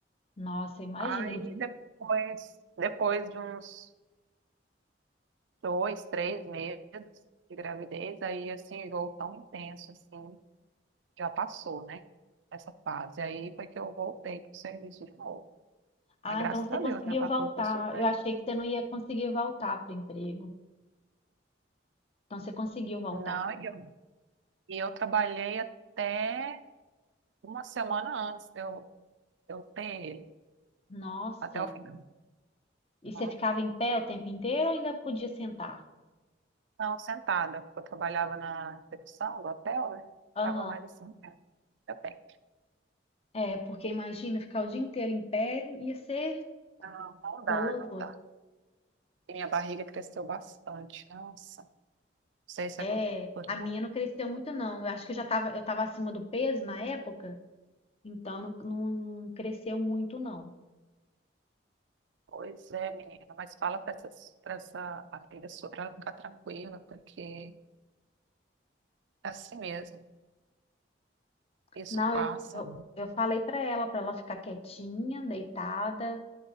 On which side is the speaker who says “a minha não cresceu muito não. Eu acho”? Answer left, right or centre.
Left